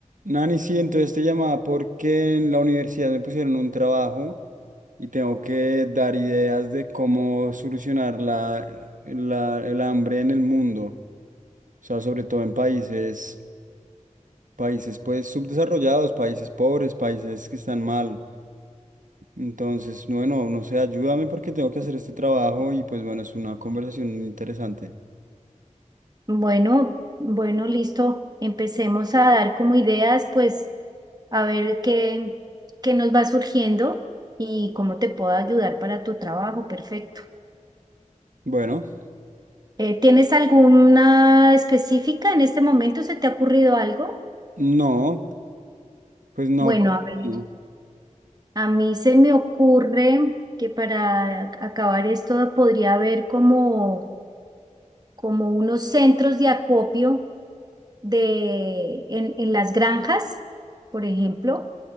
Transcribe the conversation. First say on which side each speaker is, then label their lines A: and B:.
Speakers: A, on the right (about 80°); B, on the right (about 30°).
A: Nani, sí, entonces te llamaba porque en la universidad me pusieron un trabajo y tengo que dar ideas de cómo solucionar la, la- el hambre en el mundo, o sea, sobre todo en países, países pues subdesarrollados, países pobres, países que están mal. Entonces, bueno, no sé, ayúdame porque tengo que hacer este trabajo y pues bueno, es una conversación interesante.
B: Bueno, bueno, listo. Empecemos a dar como ideas, pues a ver qué, qué nos va surgiendo y cómo te puedo ayudar para tu trabajo. Perfecto.
A: Bueno,
B: Eh, ¿tienes alguna específica en este momento? ¿Se te ha ocurrido algo?
A: no, pues no.
B: Bueno, a ver,
A: no.
B: a mí se me ocurre que para acabar esto podría haber como, como unos centros de acopio de, en, en las granjas, por ejemplo,